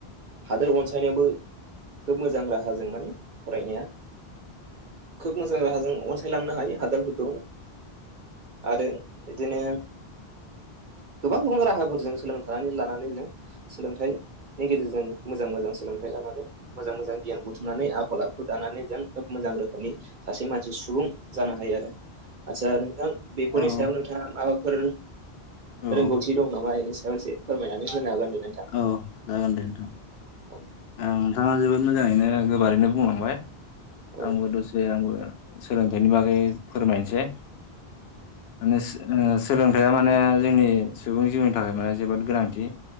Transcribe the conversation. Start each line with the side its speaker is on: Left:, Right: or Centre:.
Right: हादोर अनसायनायाबो खोब मोजां राहाजों माने फरायनाया खोब मोजां राहाजों अनसायलांनो हायो हादरफोरखौ आरो बिदिनो
Left: <inaudible>
Right: गोबां गोबां राहाफोरजों सोलोंथानानै लानानै जों सोलोंथाइनि गेजेरजों मोजां मोजां सोलोंथाइ मोजां मोजां गियान बुथुमनानै आखल आखु दानानै जों खोब मोजां रोखोमनि सासे मानसि सुबुं जानो हायो आरो आचसा नोंथां बेफोरनि
Left: औ
Right: सायाव नोंथाङा माबाफोर
Left: औ
Right: रोंगौथि दं नामा? बेनि सायाव एसे फोरमायनानै होनो हागोन नोंथां
Left: औ जागोन दे नोंथां।
Right: औ
Left: ओं नोंथाङा जोबोद मोजाङैनो गोबारैनो बुंलांबाय।
Right: औ
Left: आंबो दसे आंबो सोलोंथाइनि बागै फोरमायनोसै। मोस मोस सोलोंथाइया माने जोंनि सुबुं जिउनि थाखाय माने जोबोद गोनांथि।